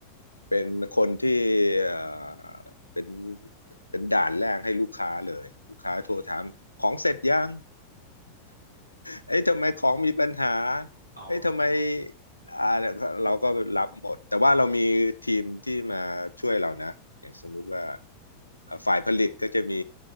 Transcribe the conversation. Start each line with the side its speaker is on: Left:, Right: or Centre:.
Left: เป็นคนที่เอ่อเป็นเป็นด่านแรกให้ลูกค้าเลยลูกค้าโทรถามของเสร็จยัง
Right: อืม
Left: เอ้ยทำไมของมีปัญหา
Right: อ๋อ
Left: เอ้ยทำไมอ่าเราก็รับหมดแต่ว่าเรามีทีมที่มาช่วยเรานะอย่างสมมุติว่าอ่าฝ่ายผลิตก็จะมี